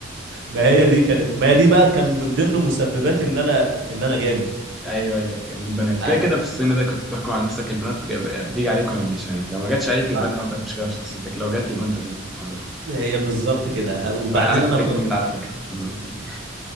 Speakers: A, on the right; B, in the centre.
A: ما هي دي كانت ما هي دي بقى كان من ضمن مسببات ان انا ان انا جامد
B: ايوه ايوه كان البنات كده
A: أ...
B: كده في السن ده كنت بتحكم على نفسك البنات جاب- بتيجي عليك ولا ما بتجيش عليك لو ما جاتش عليك يبقى
A: أ...
B: انت عندك مشكلة في شخصيتك لو جات يبقى انت جامد معروف
A: هي بالظبط كده وبعدين
B: فأنا- انا كنت
A: انا كنت
B: جامد على فكرة عشان نبقى متفقين